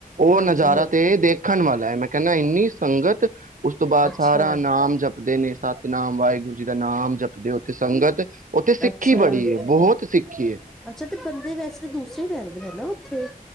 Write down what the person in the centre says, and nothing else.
ਹਾਂਜੀ,
ਹਾਂਜੀ,
ਅੱਛਾ।
ਅੱਛਾ
ਅੱਛਾ ਤੇ ਬੰਦੇ ਵੈਸੇ ਤਾਂ ਦੂਸਰੇ ਰਹਿੰਦੇ ਹੈਨਾ। ਠੀਕ।